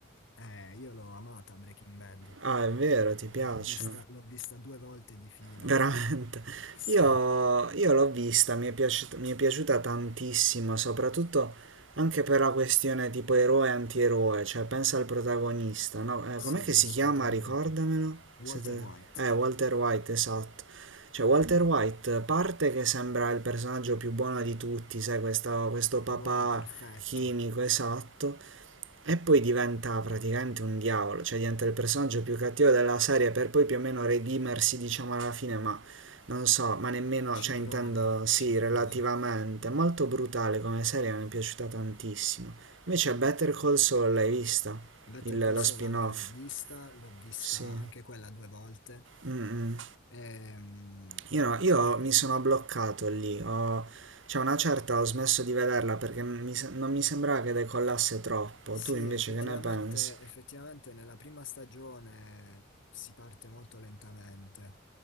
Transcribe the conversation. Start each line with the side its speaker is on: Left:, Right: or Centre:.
Left: Eh, io l'ho amata Breaking Bad,
Right: Ah, è vero, ti piace?
Left: l'ho vista, l'ho vista due volte di fila.
Right: Veramente.
Left: <laughs> Sì,
Right: Io, io l'ho vista, mi è piaciuta, mi è piaciuta tantissimo, soprattutto anche per la questione tipo eroe e antieroe, cioè pensa al protagonista, no? Eh,
Left: sì,
Right: com'è che si
Left: assolutamente.
Right: chiama? Ricordamelo.
Left: Walter
Right: Se te-
Left: White,
Right: Eh, Walter White, esatto. Cioè, Walter White parte che sembra il personaggio più buono di tutti, sai, questa- questo papà
Left: l'uomo perfetto,
Right: chimico, esatto. E poi diventa praticamente un diavolo, cioè diventa il personaggio più cattivo della serie per poi più o meno redimersi, diciamo, alla fine, ma non so, ma nemmeno,
Left: ci
Right: cioè
Left: prova,
Right: intendo sì,
Left: ci prova.
Right: relativamente. È Molto brutale come serie, mi è piaciuta tantissimo. Invece Better Call Saul, l'hai vista?
Left: Better
Right: Il-
Left: Call
Right: lo
Left: Saul
Right: spin-off?
Left: anche l'ho vista, l'ho vista
Right: Sì.
Left: anche quella due volte.
Right: Mm, mm.
Left: Ehm,
Right: Io no, io
Left: mi è
Right: mi sono bloccato lì, ho, cioè una certa ho smesso di vederla perché mi se- non mi sembrava che decollasse troppo.
Left: Sì,
Right: Tu invece
Left: effettivamente,
Right: che ne pensi?
Left: effettivamente nella prima stagione si parte molto lentamente,